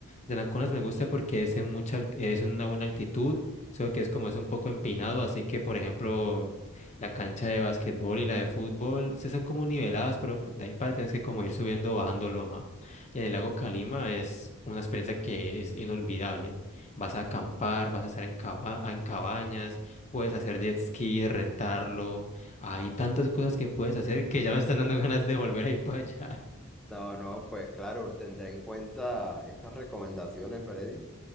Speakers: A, on the left; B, in the centre.
A: Yanaconas me gusta porque es en mucha, alt- es en una buena altitud, solo que es como es un poco empinado, así que, por ejemplo, la cancha de básquetbol y la de fútbol se son como niveladas, pero de ahí para tienes que como ir subiendo o bajando loma. En el lago Calima es una experiencia que es inolvidable. Vas a acampar, vas a estar en, caba- en cabañas, puedes hacer jet ski, rentarlo. Hay tantas cosas que puedes hacer que ya me están dando <laughs> ganas de volver a ir para allá.
B: No, no, pues claro, tendré en cuenta estas recomendaciones, Freddy.